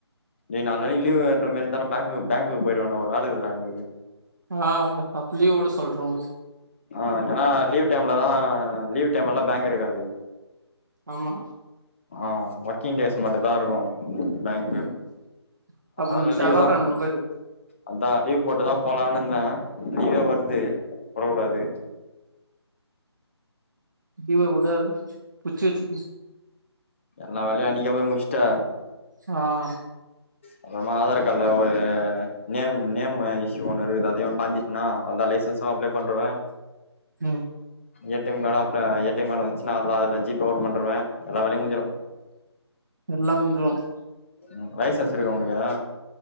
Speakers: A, on the left; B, on the right.
A: நீ நால் நாள் லீ்வுன்ற மாரி இருந்தானே பேங்கு பேங்குக்கு போய்வரனு ஒரு வேல இருக்கு டா எனக்கு
B: ஆ அப்ப லீவ் விட சொல்றோம்
A: ஆ ஏன்னா லீவ் டைம்லதான் லீவ் டைம்ல்லாம் பேங்க் இருக்காது
B: ஆமா
A: ஆ ஒர்க்கிங் டேஸ் மட்டு தான் இருக்கும் பேங்க்கு
B: ம். அப்ப
A: அதோட
B: நீ செவ்வாகெழம
A: லீவு தான்
B: போயிடு
A: அதான் லீவ் போட்டுதான் போலான்னு இருந்தேன் லீவே வருது போடக் கூடாது
B: லீவ விடாத புச்சு வச்சிக்கு
A: எல்லாம் வேலையும் அன்னைக்கே போய் முச்ட்ட
B: சா ஆ
A: அப்பறமா ஆதார் கார்ட்ல ஒரு நேம் நேம் இஷ்யூ ஒண்ணு இருக்கு அதையும் பாண்டி என்னா அவ்ள்தான் லைசன்ஸும் அப்ளை பண்ருவேன்
B: ம்
A: ஏ டி எம் கார்டு அப் ஏ டி எம் கார்டு வந்துச்சுன்னா அது அது ஜி பே ஓன் பண்ணருவேன் எல்ல வேலையும் முடிஞ்சிடும் ‌
B: எல்லாம் முஞ்சிரும்
A: ம் லைசன்ஸ் இருக்கா உனக்கு